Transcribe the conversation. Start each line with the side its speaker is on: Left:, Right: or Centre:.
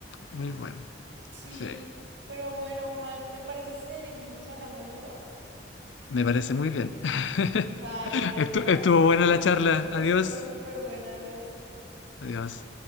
Left: muy bueno.
Right: Sí,
Left: Sí,
Right: pero bueno, Juan, ¿te parece si seguimos hablando luego?
Left: me parece muy bien. <laughs>
Right: Vale, adiós.
Left: Estu- estuvo buena la charla. Adiós,
Right: Estuvo súper buena, adiós.
Left: adiós.